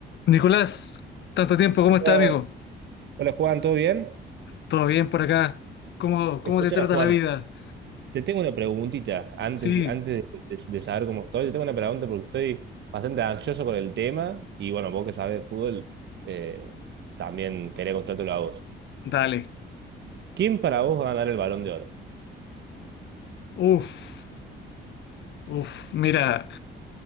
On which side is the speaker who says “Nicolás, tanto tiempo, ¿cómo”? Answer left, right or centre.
Left